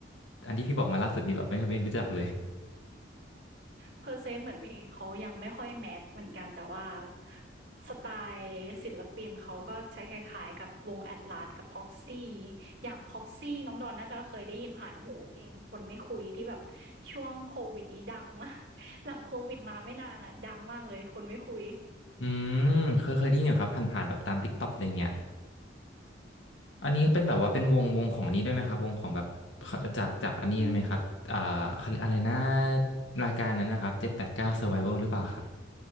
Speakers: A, on the left; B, on the right.
A: อันที่พี่บอกมาล่าสุดนี่แบบไม่ไม่รู้จักเลย
B: เพอร์เซนต์เหมือนเพลงเขายังไม่ค่อยแมสเหมือนกันแต่ว่าสไตล์ศิลปินเขาก็ใช้คล้ายๆกับวง Atlas กับ Proxy อย่าง Proxy น้องดอนน่าจะเคยได้ยินผ่านหูเพลงคนไม่คุยที่แบบช่วงโควิดนี้ดังมาก <laughs> หลังโควิดมาไม่นานอะดังมากเลยคนไม่คุย
A: อืมเคยเคยได้ยินอยู่ครับผ่านๆแบบตาม t ิ k กต k อกอะไรเงี้ยอันนี้ก็เป็นแบบว่าเป็นวงวงของอันนี้ด้วยไหมครับวงของแบบจากจากอันนี้ไหมครับอ่าเขาเรียกอะไรนะ
B: ที่
A: รายการนั้นนะครับเจ็ดแปดเก้า Survival หรือเปล่าครับ